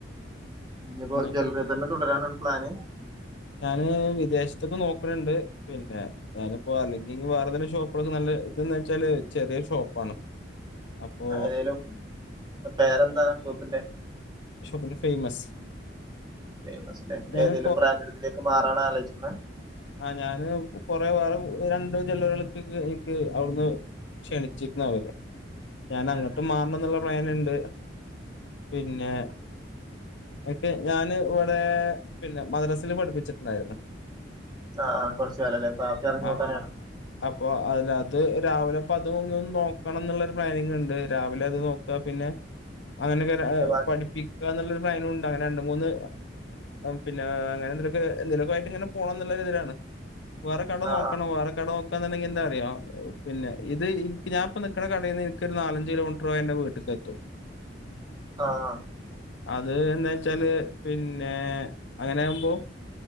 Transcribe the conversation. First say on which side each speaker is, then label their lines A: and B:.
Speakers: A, on the right; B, on the left.
A: ഇനിപ്പോ
B: പിന്നെ
A: ജ്വാലറി തന്നെ തുടരാനാണ് പ്ലാന്
B: ഞാന് വിദേശത്തൊക്കെ നോക്കണണ്ട് പിന്നെ ഞാനിപ്പോ അല്ലെങ്കി വേറെതെങ്കിലും ഷോപ്പുകളൊക്കെ നല്ല ഇതെന്ന് വെച്ചാല് ചെറിയ ഷോപ്പാണ് അപ്പോ
A: ഏതെലും പേരെന്താ ഷോപ്പിന്റെ
B: ഷോപ്പിന്റെ ഫേമസ്
A: ഫേമസ് ലേ
B: ഞാന്
A: ഏതെലും ബ്രാൻഡഡിലെക്ക് മാറാണ ആലോചിക്കുന്ന
B: ആഹ് ഞാന് കൊറ വേറെ ര ണ്ട് ചിലകൾകൊക്കെ എനിക്ക് അവിടുന്ന് ക്ഷണിച്ചിക്കുന്ന് അവരെ ഞാൻ
A: ഉം
B: അങ്ങോട്ട്
A: ഉം.
B: മാറണം എന്നുള്ള പ്ലൻ ഉണ്ട് പിന്നെ ക്കെ ഞാന് ഇവിടെ പിന്നെ മദ്രാസിൽ പഠിപ്പിച്ചിട്ടുണ്ടായിരുന്നു
A: ആ ആ കുറച്ച് കാലല്ലേ പാപ്പ ഇറങ്ങി
B: ആഹ്
A: ഓട്ടാനാണ്
B: അപ്പൊ അതിനത്ത് രാവിലെ അപ്പ അത് ഒന്ന് നോക്കണം എന്നുള്ളരു പ്ലാനിങ് ഉണ്ട് രാവിലെ അത് നോക്കാ പിന്നെ അങ്ങനെ ചില
A: പിന്നെ ബാ
B: പഠി പ്പിക്കുക എന്നുള്ളൊരു പ്ലാനുണ്ട് അങ്ങനെ രണ്ട് മൂന്ന് പിന്നെ അങ്ങനെ എന്തെലൊക്കെ എന്തെലൊക്കെ ആയിട്ട് ഇങ്ങനെ പോണം എന്നുള്ള ഇതിലാണ് വേറെ കട
A: ആ ആ
B: നോക്കണം വേറെ കട <unintelligible> എന്താറിയോ പിന്നെ ഇത് ഞാനിപ്പൊ നിക്കണ കടയിനിന്ന് എനിക്ക് നാലഞ്ച് കിലോമീറ്റർ പോയ എന്റെ വീട്ടിക്ക് എത്തും <inaudible>
A: ആഹ്
B: അത് എന്താന് വെച്ചാല് പിന്നെ അങ്ങനാകുമ്പോ